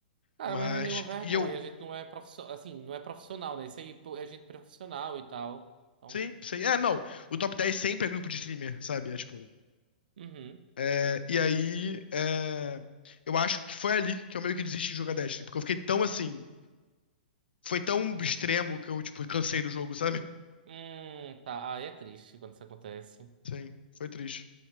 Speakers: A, on the right (about 65°); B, on the left (about 80°).
A: Cara,
B: Mas,
A: mas não é nenhuma vergonha.
B: e eu,
A: A gente não é profissional. Assim, não é profissional, né? Isso aí pô, é gente profissional e tal. Então.
B: sim, sei. É, não. O top 10 sempre é grupo de streamer, sabe? É, tipo,
A: Uhum.
B: é, e aí, é, eu acho que foi ali que eu meio que desisti de jogar Destiny, porque eu fiquei tão assim, foi tão extremo que eu, tipo, cansei do jogo, sabe?
A: Hum, tá. Aí é triste quando isso acontece.
B: Sim, foi triste.